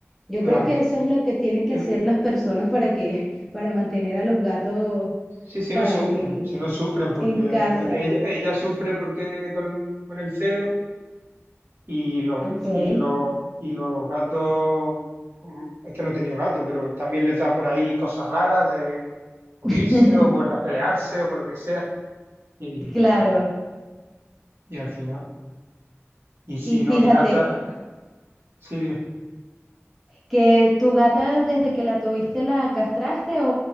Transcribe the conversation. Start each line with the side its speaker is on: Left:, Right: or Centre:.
Centre: Yo
Right: claro.
Centre: creo que eso es lo que tienen que
Right: Mm,
Centre: hacer las personas para que, <laughs> para mantener a los gatos,
Right: Sí, sí,
Centre: ¿sabes?
Right: no sufren,
Centre: En,
Right: sí, no sufren, porque
Centre: en casa.
Right: el- ella, ella sufre porque con, con el celo y, los
Centre: Ok.
Right: y, los y los gatos, mm, es que no he tenido gato, pero también les da por ahí cosas raras de por
Centre: <laughs>
Right: irse o por pelearse o por lo que sea. Y,
Centre: Claro.
Right: y al final, y si
Centre: Y fíjate,
Right: no, mi gata, sí, dime.
Centre: que tu gata desde que la tuviste la castraste o,